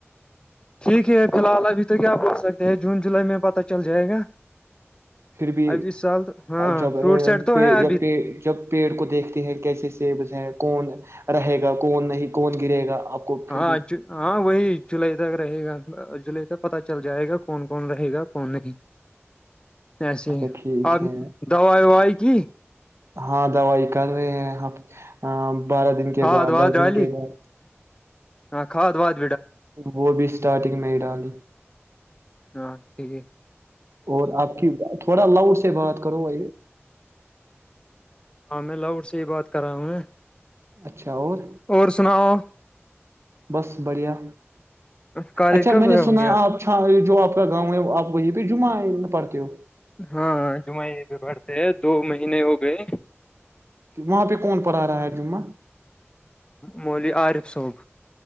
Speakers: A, on the left (about 20°); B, on the right (about 70°).
A: ٹھیک ہے فی الحال ابھی تو کیا بول سکتے ہیں جون جولائی میں پت چل جائے گا
B: پھر بھی
A: اب اس سال ہاں
B: جب
A: فروٹ سیٹ تو ہے
B: جب
A: ابھی
B: جب پیڑ کو دیکھتے ہیں کیسے سے کون رہے گا کون نہیں کون گرے گا آپ کو پھر
A: ہاں
B: بھی
A: ہاں وہی جولائی تک رہے گا جولائی تک پتا چل جائے گا کون کون رہے گا کون نہیں ایسے
B: اچھا
A: ہی
B: ٹھیک
A: آپ
B: ہے
A: دوائی وائی کی
B: ہاں دوائی کر رہے ہیں ا <inaudible> بارہ دن کے
A: کھاد
B: بعد
A: واد
B: دس
A: ڈالی
B: دن کے بعد
A: ہاں کھاد ود
B: وہ بھی اسٹارٹنگ میں ڈای
A: ہاں ٹھیک
B: اور آپ کی تھوڑا لاؤڈ سے بات کرو آ
A: ہاں میں لاؤڈ سے ہی بات کر رہا ہوں ن
B: اچھا اور
A: اور سناؤ
B: بس بڑھیا
A: کالج
B: اچھا
A: کب
B: میں
A: گئے
B: نے
A: ہوں
B: سنا
A: گے
B: ہے
A: اب
B: آپا جو آپ کا گاؤں ہے آپ وہیں پہ جمع ہے پرڑتیو
A: ہاں جمعہ یہ پ بڑھتے ہیں دو مہینے ہو گئے
B: کہ وہاں پہ کون پڑھا رہا ہے جممہ
A: مولی عارف صاب